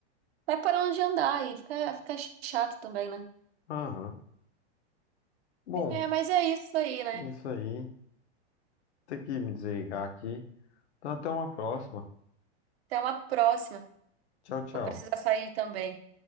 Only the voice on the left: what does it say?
<laughs> Aham. Bom,
isso aí. Tem que me desligar aqui. Então, até uma próxima.
Tchau, tchau.